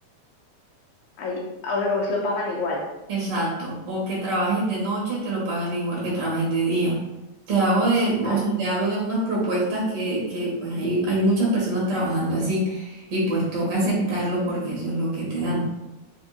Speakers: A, on the left (about 80°); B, on the right (about 55°).
A: Ahí, os, os lo pagan igual.
B: Exacto. O que trabajes de noche, te lo pagan igual que trabajes de día. Te hago de,
A: Ah,
B: o sea, te hablo de unas propuestas que, que pues hay, hay muchas personas trabajando así y pues toca aceptarlo porque eso es lo que te dan.